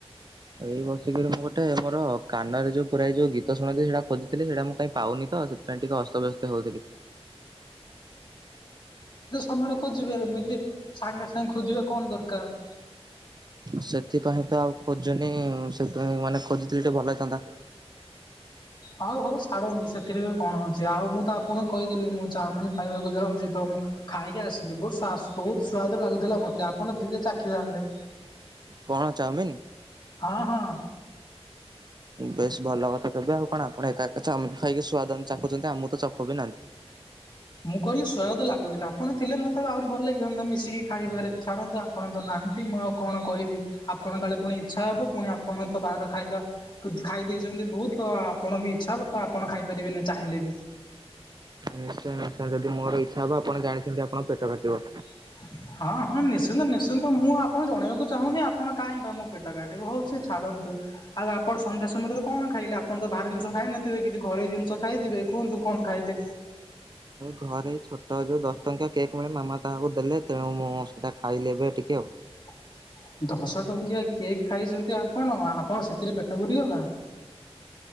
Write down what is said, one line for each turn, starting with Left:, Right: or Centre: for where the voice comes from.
Right: ଏଇ ବସିକିରି ମୁଁ ଗୋଟେ ମୋର କାନରେ ଯୋଉ ପୁରାଏ ଯୋଉ ଗୀତ ଶୁଣନ୍ତି ସେଇଟା ଖୋଜୁଥିଲି ସେଇଟା ମୁଁ କାଇଁ ପାଉନି। ତ ସେଥିପାଇଁ ଟିକେ ଅସ୍ତବ୍ୟସ୍ତ ହଉଥିଲି।
Left: ଆମର ଖୋଜିବେ ଏମିତି ସାଙ୍ଗେ ସାଙ୍ଗେ ଖୋଜିବା କଣ ଦରକାର।
Right: ସେଥିପାଇଁ ତ ଆଉ ଖୋଜୁନି। ସେଥିପାଇଁ ମାନେ ଖୋଜଥିଲି ଟିକେ ଭଲ ହେଇଥାନ୍ତା।
Left: ହଉ ହଉ ଛାଡନ୍ତୁ ସେଥିରେ ବି କଣ ଅଛି। ଆଉ ମୁଁ ତ ଆପଣ କହିଥିଲି ମୁଁ ଚାଉମିନ୍ ଖାଇବାକୁ ଯାଉଛି। ତ ମୁଁ ଖାଇକି ଆସିଲି ବହୁତ ବହୁତ ସୁଆଦ ଲାଗୁ ମତେ ଆପଣ ଥିଲେ ଚାଖିଥାନ୍ତେ।
Right: କଣ ଚାଉମିନ୍?
Left: ହଁ ହଁ।
Right: ବେଶ୍ ଭଲ କଥା। କେବେ ଆଉ କଣ ଆପଣ ଏକା କେ ଖାଇକି ସୁଆଦ ଚାଖୁଛନ୍ତି। ଆମକୁ ତ ଚାଖୁ ଗୋବିନାଥ।
Left: ମୁଁ କହିଲି ସୁଆଦ ଲାଗୁଥିଲା। ଆପଣ ଥିଲେ ମତେ ଆହୁରି ଭଲ ଲାଗି ଥାଆନ୍ତା ମିଶିକି ଖାଇବାରେ। ଛାଡନ୍ତୁ ଆପଣ ତ ନା ମୁଁ ଆଉ କଣ କହିବି। ଆପଣ କାଳେ ପୁଣି ଇଛା ହବ। ପୁଣି ଆପଣଙ୍କ ତ ବାହାର ଖାଇବା ଖାଇଦ ବହୁତ ଆପଣଙ୍କ ବି ଇଚ୍ଛା ତ ଆପଣ ଖାଇପାରିବେନି ଚାହିଁଲେ ବି।
Right: ନିଶ୍ଚୟ ନିଶ୍ଚୟ ଯଦି ମୋର ଇଛା ହବ। ଆପଣ ଜାଣିଛନ୍ତି ଆପଣଙ୍କ ପେଟ କାଟିବ।
Left: <inaudible> ହଁ ହଁ ନିଶ୍ଚିନ୍ତ ନିଶ୍ଚିନ୍ତ ମୁଁ ଆପଣ ଜଣେଇବାକୁ ଚାହୁଁନି। ଆପଣ କାହିଁ ବା ମୋ ପେଟ କାଟିବ ହଉ ସେ ଛାଡନ୍ତୁ। ଆଉ ଆପଣ ସନ୍ଧ୍ୟା ସମୟରେ ତ କଣ ଖାଇଲେ। ଆପଣ ତ ବାହାର ଜିନିଷ ଖାଇ ନଥିବେ। କିଛି ଘରେ ଜିନିଷ ଖାଇଥିବେ। କୁହନ୍ତୁ କ କଣ ଖାଇଲେ?
Right: ଘରେ ଛୋଟ ଯୋଉ ଦଶ ଟଙ୍କିଆ କେକ୍ ମିଳେ। ମାମା ତାହାକୁ ଦେଲେ ତେଣୁ ମୁଁ ସେଇଟା ଖାଇଲେ ଏବେ ଟିକେ ଆଉ।
Left: <inaudible> ଦଶ ଟଙ୍କିଆ କେକ୍ ଖାଇଛନ୍ତି ଆପଣ। ଆପଣ ସେଥିରେ ପେଟ ପୁରିଗଲା। <inaudible>